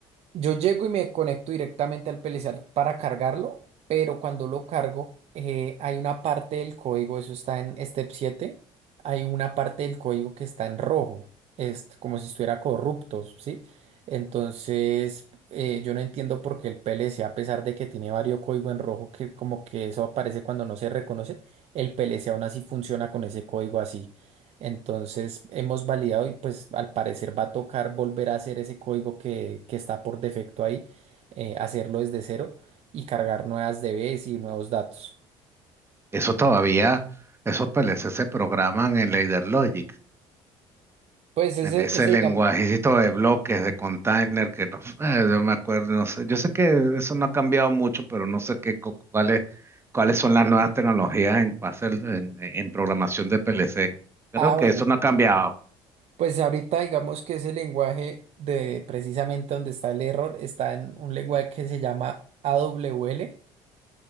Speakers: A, on the right; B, on the right.
A: Yo llego y me conecto directamente al PLC para cargarlo, pero cuando lo cargo, eh, hay una parte del código, eso está en Step siete, hay una parte del código que está en rojo, es como si estuviera corrupto, ¿sí? Entonces, eh, yo no entiendo por qué el PLC, a pesar de que tiene varios códigos en rojo, que como que eso aparece cuando no se reconoce, el PLC aún así funciona con ese código así. Entonces hemos validado y pues al parecer va a tocar volver a hacer ese código que, que está por defecto ahí, eh, hacerlo desde cero y cargar nuevas DBs y nuevos datos.
B: Eso todavía, esos PLC se programan en Logic
A: Pues ese,
B: En ese
A: ese
B: lenguajecito
A: digamos,
B: de bloques, de container, que no, <laughs> eh, yo me acuerdo, no sé, yo sé que eso no ha cambiado mucho, pero no sé qué, cu- cuáles, cuáles son las nuevas tecnologías en, para hacer- en, en programación de PLC. Creo
A: ah
B: que
A: bueno,
B: eso no ha cambiado.
A: pues ahorita digamos que ese lenguaje de precisamente donde está el error está en un lenguaje que se llama AWL